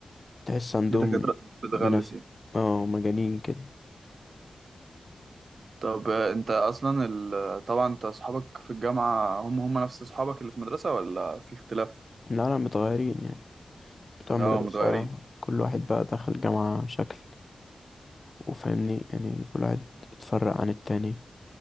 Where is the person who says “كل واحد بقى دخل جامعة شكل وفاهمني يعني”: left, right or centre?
Left